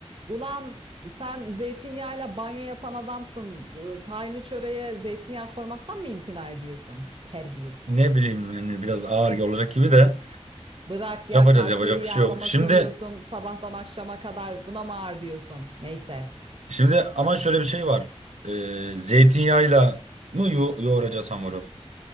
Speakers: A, on the right (about 55°); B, on the right (about 80°).
A: Ulan sen zeytinyağıyla banyo yapan adamsın. Ee, Tahinli çöreğe zeytinyağı koymaktan mı imtina ediyorsun? Terbiyesiz.
B: Ne bileyim yani biraz ağır olacak gibi de
A: Bırak ya
B: yapacağız
A: Kayseri
B: yapacak
A: yağlaması
B: bir şey yok. Şimdi
A: yiyorsun sabahtan akşama kadar buna mı ağır diyorsun? Neyse.
B: şimdi ama şöyle bir şey var. Ee, zeytinyağıyla mı yo- yoğuracağız hamuru?